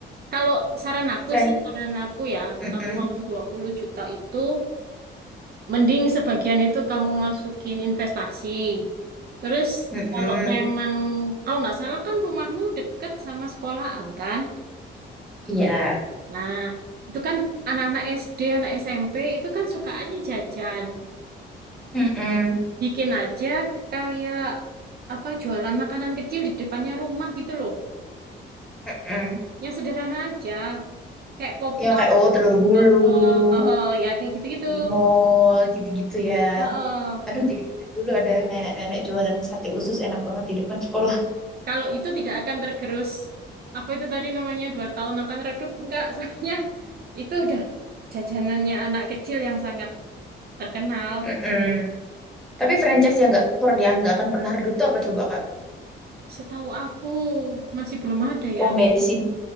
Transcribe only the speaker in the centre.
Fran,
mm-mm,
mm-mm,
iya,
mm-mm,
mm-mm.
Yang
kayak oh telur gulung,
di mall gitu-gitu ya.
Aduh jadi ingat dulu ada nenek-nenek jualan sate usus enak banget di depan sekolah.
Mm-mm.
Tapi franchise yang nggak per yang nggak akan pernah redup tuh apa coba Kak?
Pom
bensin,